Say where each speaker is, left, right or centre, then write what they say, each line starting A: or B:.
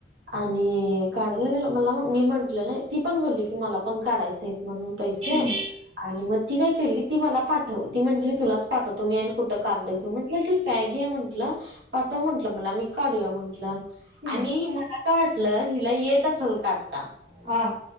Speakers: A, on the right (about 90°); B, on the right (about 30°).
A: आणि काढायला गेलो मला मी म्हंटलं नाय, ती पण बोलली की मला पण काढायचं आहेत म्हणून पैसे
B: हम्म
A: आणि मग ती काय केली ती मला पाठव, ती म्हटली तुलाच पाठवतो मी आणि कुठं कार्ड घे म्हटलं ठीक हाय घे म्हटलं, पाठव म्हटलं मला मी काढूया म्हटलं.
B: हम्म
A: आणि मला काय वाटलं, हिला येत असल काढता.
B: हां.